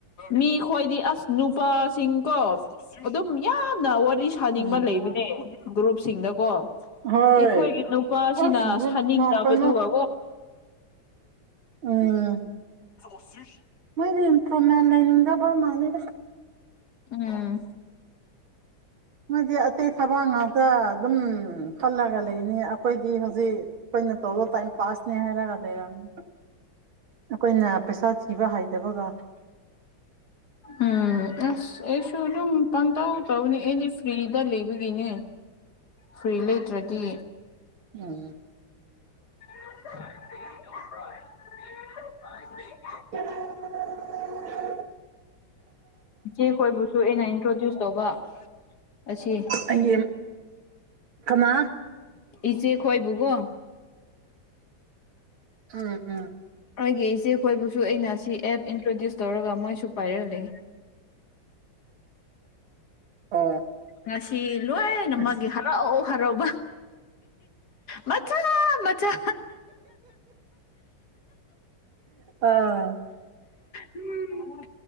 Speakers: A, on the left; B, on the right.
A: ꯃꯤ ꯈꯣꯏꯗꯤ ꯑꯁ ꯅꯨꯄꯥꯁꯤꯡ ꯀꯣ ꯑꯗꯨꯝ ꯌꯥꯝꯅ ꯋꯥꯔꯤ ꯁꯥꯅꯤꯡꯕ
B: ꯎꯝ
A: ꯂꯩꯕꯅꯦ ꯒ꯭ꯔꯨꯞꯁꯤꯡꯗꯀꯣ
B: ꯍꯣꯏ
A: ꯑꯩꯈꯣꯏꯒꯤ ꯅꯨꯄꯥꯁꯤꯅ
B: ꯑꯁ ꯒ꯭ꯔꯨꯞ
A: ꯁꯥꯅꯤꯡꯗꯕꯗꯨ
B: ꯀꯩꯅꯣ
A: ꯕꯣ
B: ꯎꯝ
A: ꯁꯤ
B: ꯃꯣꯏꯗꯤ ꯏꯝꯄ꯭ꯔꯨꯚꯃꯦꯟ ꯂꯩꯅꯤꯡꯗꯕ ꯃꯥꯜꯂꯤꯗ
A: ꯎꯝ
B: ꯃꯣꯏꯗꯤ ꯑꯇꯩ ꯊꯕ ꯉꯥꯛꯇ ꯑꯗꯨꯝ ꯄꯜꯂꯒ ꯂꯩꯅꯤ ꯑꯩꯈꯣꯏꯗꯤ ꯍꯧꯖꯤꯛ ꯑꯩꯈꯣꯏꯅ ꯇꯧꯕ ꯇꯥꯏꯝ ꯄꯥꯁꯅꯤ ꯍꯥꯏꯔꯒ ꯂꯩꯔꯝꯅꯤ ꯑꯩꯈꯣꯏꯅ ꯄꯩꯁꯥ ꯊꯤꯕ ꯍꯥꯏꯗꯕꯒ
A: ꯎꯝ ꯑꯁ ꯑꯩꯁꯨ ꯑꯗꯨꯝ ꯄꯪꯇꯧ ꯇꯧꯕꯅꯤ ꯑꯩꯗꯤ ꯐ꯭ꯔꯤꯗ ꯂꯩꯕꯒꯤꯅꯦ꯫ ꯐ꯭ꯔꯤ ꯂꯩꯇ꯭ꯔꯗꯤ
B: ꯎꯝ
A: <unintelligible>
B: <unintelligible>
A: ꯆꯦꯛꯏꯕꯨꯁꯨ ꯑꯩꯅ ꯏꯟꯇ꯭ꯔꯣꯗ꯭ꯌꯨꯁ ꯇꯧꯕ ꯑꯁꯤ
B: ꯑꯩꯒꯤ ꯀꯅꯥ
A: ꯏꯆꯦ ꯈꯣꯏꯕꯒꯣ
B: ꯎꯝ ꯎꯝ
A: ꯑꯩꯣꯏꯒꯤ ꯏꯆꯦꯈꯣꯏꯕꯨꯁꯨ ꯑꯩꯅ ꯁꯤ ꯑꯦꯞ ꯏꯟꯇ꯭ꯔꯣꯗ꯭ꯌꯨꯁ ꯇꯧꯔꯒ ꯃꯣꯏꯁꯨ ꯄꯥꯏꯔꯂ
B: ꯑꯣ
A: ꯉꯁꯤ ꯂꯣꯏꯅꯃꯛꯒꯤ
B: ꯑꯁ
A: ꯍꯔꯥꯎ ꯍꯔꯥꯎꯕ ꯃꯆꯥ ꯃꯆꯥ
B: ꯑꯥ
A: ꯎꯝ